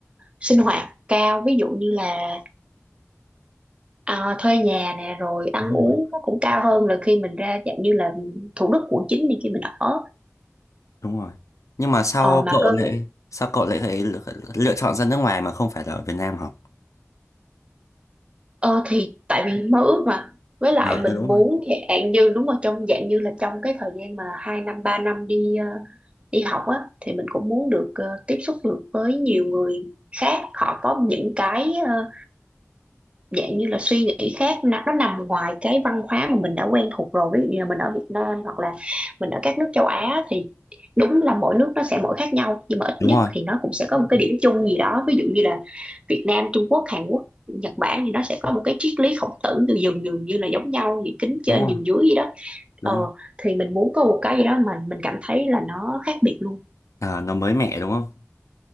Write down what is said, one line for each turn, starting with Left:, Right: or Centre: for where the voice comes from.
Right: sinh hoạt cao ví dụ như là à, thuê nhà nè rồi ăn
Left: Đúng
Right: uống
Left: rồi.
Right: nó cũng cao hơn là khi mình ra dạng như là Thủ Đức quận 9 đi khi mình ở
Left: đúng rồi nhưng mà sao
Right: Ờ, mà
Left: cậu
Right: cơ
Left: lại sao cậu lại phải lựa, lựa chọn ra nước ngoài mà không phải là ở Việt Nam học
Right: Ờ thì tại vì mơ ước mà với lại
Left: à
Right: mình
Left: ừ, đúng
Right: muốn
Left: rồi
Right: dạng như đúng rồi trong dạng như là trong cái thời gian mà 2 năm 3 năm đi ờ, đi học á thì mình cũng muốn được ờ, tiếp xúc được với nhiều người khác họ có những cái ờ, dạng như là suy nghĩ khác nó, nó nằm ngoài cái văn hóa mà mình đã quen thuộc rồi ví dụ như là mình ở Việt Nam hoặc là mình ở các nước châu Á thì đúng là mỗi nước nó sẽ mỗi khác nhau nhưng mà ít
Left: đúng
Right: nhất
Left: rồi
Right: thì nó cũng sẽ có một cái điểm chung gì đó ví dụ như là Việt Nam Trung Quốc Hàn Quốc Nhật Bản thì nó sẽ có một cái triết lý khổng tử từ dường dường như là giống nhau gì kính trên
Left: đúng rồi
Right: nhường dưới gì đó
Left: đúng
Right: ờ
Left: rồi
Right: thì mình muốn có một cái gì đó mà mình cảm thấy là nó khác biệt luôn
Left: à, nó mới mẻ đúng không